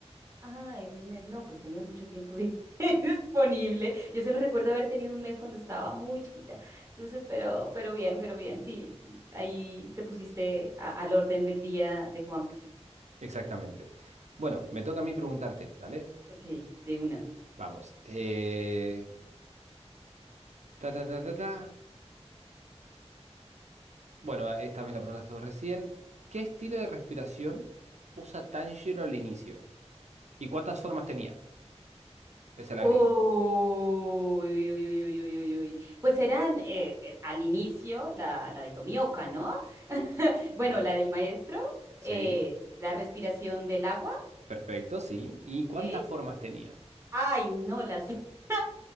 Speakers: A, on the right; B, on the right.
A: Ah, en un mes, no, pues tenía mucho tiempo dis- <laughs> disponible. Yo solo recuerdo haber tenido un mes cuando estaba muy chiquita. Entonces, pero, pero bien, pero bien, sí, ahí te pusiste a- al orden del día de One Piece.
B: Exactamente. Bueno, me toca a mí preguntarte, ¿dale?
A: Ok, de una.
B: Vamos. Eh, ta, ta, ta, ta, ta. Bueno, esta me la preguntaste vos recién. ¿Qué estilo de respiración usa Tanjiro al inicio? ¿Y cuántas formas tenía? Esa la
A: Uy,
B: agregué.
A: uy, uy, uy, uy, uy, uy. Pues eran eh, eh, al inicio la, la de Tomioka, ¿no? Bueno,
B: Ok.
A: la del maestro,
B: Sí,
A: eh, la respiración del agua,
B: perfecto, sí. ¿Y
A: ¿ok?
B: cuántas formas tenía?
A: Ay, no, las <laughs>